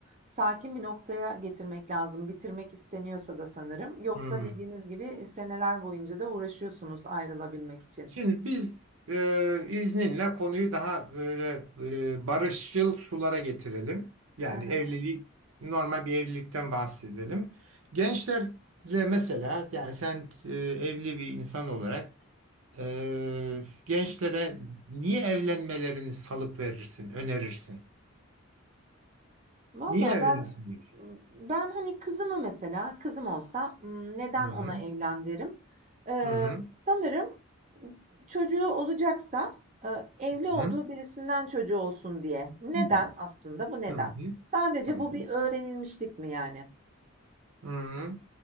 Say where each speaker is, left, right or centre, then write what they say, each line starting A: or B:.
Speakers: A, on the right; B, on the right.
A: sakin bir noktaya getirmek lazım. Bitirmek isteniyorsa da sanırım. Yoksa
B: hmm.
A: dediğiniz gibi e, seneler boyunca da uğraşıyorsunuz ayrılabilmek için.
B: Şimdi biz e, izninle konuyu daha böyle e, barışçıl sulara getirelim. Yani
A: <laughs>
B: evliliği normal bir evlilikten bahsedelim. Gençlere mesela yani sen e, evli bir insan olarak e, gençlere niye evlenmelerini salık verirsin, önerirsin?
A: Valla
B: Niye evlensinler?
A: ben ben, hani, kızımı mesela kızım olsa, ımm, neden
B: Hı
A: ona evlen derim? Eee,
B: hı hı
A: sanırım çocuğu olacaksa, eee, evli olduğu
B: hı
A: birisinden çocuğu olsun diye. Neden
B: hı hı.
A: aslında? Bu neden?
B: Hı hı.
A: Sadece
B: Tamam.
A: bu bir öğrenilmişlik mi yani?
B: Hı